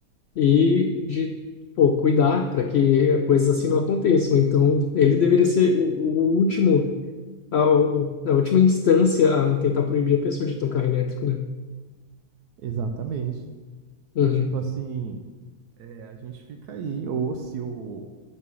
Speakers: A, on the left; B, on the right.
A: e de, pô, cuidar para que coisas assim não aconteçam. Então, ele deveria ser o, o último, a, o- a última instância a tentar proibir a pessoa de ter um carro elétrico, né?
B: exatamente.
A: Uhum,
B: E tipo assim, é, a gente fica aí, ou se o,